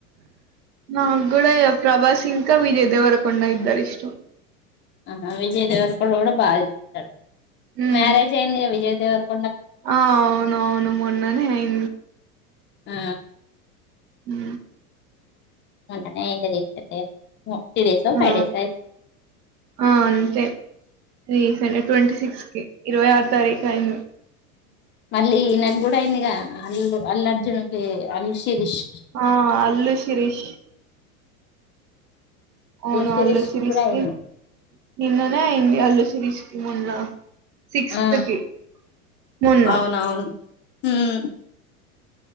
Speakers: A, on the right; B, on the left.
A: నాకు కూడా ప్రభాస్ ఇంకా విజయ్దేవరకొండ ఇద్దరు ఇష్టం
B: ఆహా విజయ్ దేవర్కుడు కూడా బాధస్తాడు
A: ఉమ్
B: మ్యారేజ్ అయిందిగా విజయ్ దేవర్కు
A: ఆ అవును అవును మొన్ననే అయి
B: ఆ
A: హ
B: ఉ అయింది రీసెంట్ త్రీ డేస్ ఫైవ్
A: ఆ
B: డేస్
A: ఆ అంతే రీసెంట్ ట్వంటీ సిక్స్ కి ఇరవై ఆరు తారకా ఇ
B: మళ్ళీ ఈనకు కూడా అయిందిగా అల్లు అల్లర్జున్కి అల్ శరిష్
A: ఆ అల్లు శిరీష్ అవును
B: శిరీష్
A: అల్లు శిరీష
B: కి కూడా అయింది
A: కీ నిన్ననే అయింది అల్లు శిరీష కీ మొన్న సిక్స్త్
B: ఆ
A: కీ మొన్న
B: అవునవును ఉమ్